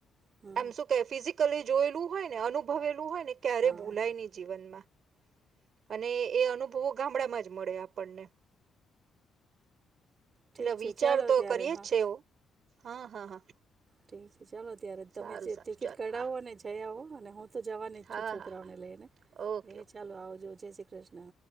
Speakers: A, on the right; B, on the right.
A: હમ
B: એમ શું કે ફિઝિકલી જોયેલું હોય ને અનુભવેલું હોય ને ક્યારે
A: હા
B: ભૂલાય નહી જીવનમાં અને એ અનુભવો ગામડામાં જ મળે આપણને
A: ઠીક
B: એટલે
A: છે
B: વિચાર
A: ચાલો
B: તો
A: ત્યારે
B: કરીયે
A: હા
B: જ છે એવું હા હા હા.
A: ઠીક ચાલો ત્યારે તમે
B: સારું
A: જે
B: સારું
A: ટિકિટ
B: ચાલો
A: કઢાવો
B: હા
A: ને જયા આવો. અને હુ તો જવાની જ
B: હા
A: છું છોકરાઓને
B: હા હા
A: લઈ ને
B: ઓકે
A: હે
B: ઓકે
A: ચાલો આવજો જય શ્રી કૃષ્ણ